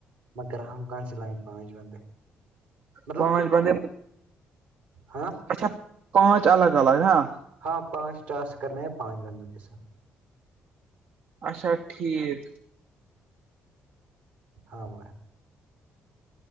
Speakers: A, on the right; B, on the right.
A: مگر حمکان سےلائ پانچ بندے مطلب
B: پانچ
A: کہ
B: بندے
A: ہ
B: اچھا پانچ الگ الگ ہاں
A: ہاں پانچ ٹاسک کرنا ہیں پانچ بندوں کے ساتھ
B: اچھا ٹھیک
A: ہاں ب